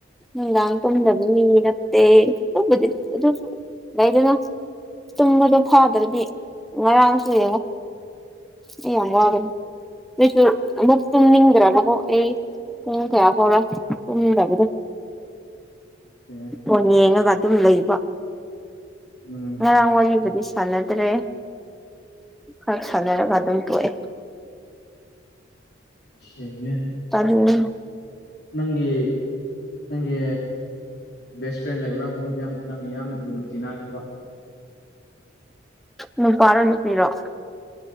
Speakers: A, in the centre; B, on the left.
A: ꯅꯨꯡꯗꯥꯡ ꯇꯨꯝꯗꯕꯒꯤ ꯅꯠꯇꯦ <unintelligible> ꯑꯗꯨꯁꯨ ꯂꯩꯗꯅ ꯇꯨꯝꯕꯗꯣ ꯐꯥꯗ꯭ꯔꯗꯤ ꯉꯔꯥꯡꯁꯨ ꯌꯦꯡꯉꯣ ꯑꯩ ꯌꯥꯝ ꯋꯥꯒꯅꯤ ꯑꯗꯨꯁꯨ ꯑꯃꯨꯛ ꯇꯨꯝꯅꯤꯡꯗ꯭ꯔꯥꯕ ꯑꯩ ꯄꯨꯡ ꯀꯌꯥ ꯐꯥꯎꯔ ꯇꯨꯝꯗꯕꯗꯣ
B: ꯈ‌ꯦ
A: ꯐꯣꯟ ꯌꯦꯡꯉꯒ ꯑꯗꯨꯝ ꯂꯩꯕ
B: ꯎꯝ
A: ꯉꯔꯥꯡ ꯋꯥꯔꯤꯕꯨꯗꯤ ꯁꯥꯟꯅꯗ꯭ꯔꯦ ꯈꯔ ꯁꯥꯟꯅꯔꯒ ꯑꯗꯨꯝ ꯇꫭꯛꯑꯦ
B: ꯁꯦꯡꯉꯦ
A: <unintelligible>
B: ꯅꯪꯒꯤ ꯅꯪꯒꯤ ꯕꯦꯁ ꯐ꯭ꯔꯦꯟ ꯂꯩꯕ꯭ꯔꯥ ꯃꯔꯨꯞ ꯌꯥꯝ ꯅꯪꯅ ꯌꯥꯝ ꯂꯨꯅ ꯇꯤꯟꯅꯈꯤꯕ
A: ꯅꯨꯄꯥꯔꫭ ꯅꯨꯄꯤꯔꫭ